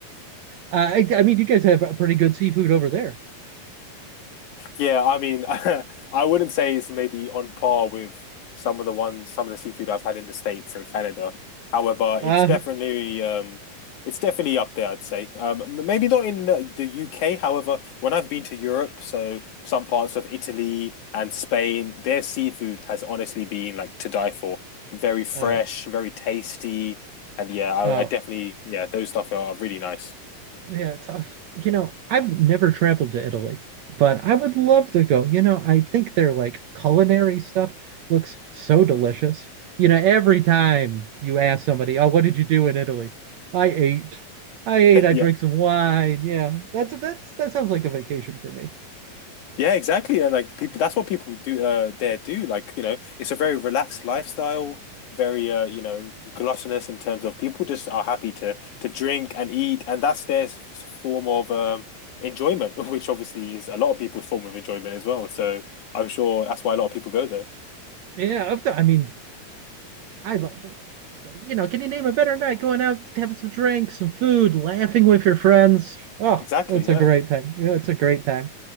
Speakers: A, on the right; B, on the left.
A: uh, I I mean, you guys have a pretty good seafood over there.
B: Yeah, I mean, <laughs> I wouldn't say it's maybe on par with some of the ones, some of the seafood I've had in the States and Canada. However,
A: Uh,
B: it's definitely, um, it's definitely up there, I'd say. Um, m- maybe not in the, the UK. However, when I've been to Europe, so some parts of Italy and Spain, their seafood has honestly been like to die for. Very fresh,
A: oh,
B: very tasty, and yeah, I,
A: oh,
B: I definitely, yeah, those stuff are really nice. <laughs>
A: Yeah, tough. You know, I've never traveled to Italy, but I would love to go. You know, I think their like culinary stuff looks so delicious. You know, every time you ask somebody, "Oh, what did you do in Italy?" I ate. I ate, I
B: Yeah.
A: drank some wine. Yeah. That's that's that sounds like a vacation for me.
B: Yeah, exactly. And like people, that's what people do uh, there do. Like, you know, it's a very relaxed lifestyle, very uh, you know, gluttonous in terms of people just are happy to to drink and eat, and that's their s- form of um enjoyment, <laughs> which obviously is a lot of people's form of enjoyment as well. So I'm sure that's why a lot of people go there.
A: Yeah, up to, I mean, I love you know, can you name a better night going out, having some drinks, some food, laughing with your friends? Oh,
B: Exactly.
A: it's
B: Yeah.
A: a great time. Yeah, it's a great time.